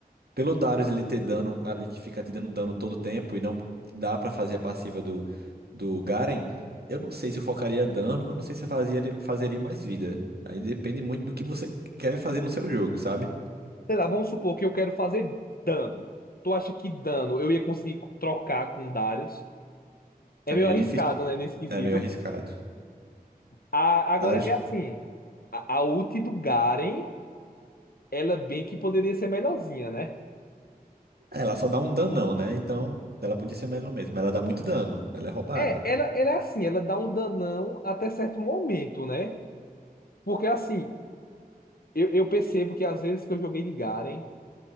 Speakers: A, on the right; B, on the left.
A: pelo Darius ele ter dano ali que fica te dando dano todo tempo e não dá pra fazer a passiva do, do Garen, eu não sei se eu focaria dano, eu não sei se eu fazia, fazeria mais vida. Aí depende muito do que você quer fazer no seu jogo, sabe?
B: Sei lá, vamos supor que eu quero fazer dano. Tu acha que dano eu ia conseguir trocar com Darius? É
A: É
B: meio
A: meio
B: arriscado,
A: difícil,
B: né, nesse quesito.
A: é meio arriscado.
B: A, agora
A: Darius,
B: que é assim, a, a ult do Garen, ela bem que poderia ser melhorzinha, né?
A: é, ela só dá um danão, né? Então, ela podia ser melhor mesmo. mas Ela dá muito dano, ela é roubada.
B: É, ela, ela é assim, ela dá um danão até certo momento, né? Porque assim, eu, eu percebo que às vezes que eu joguei de Garen,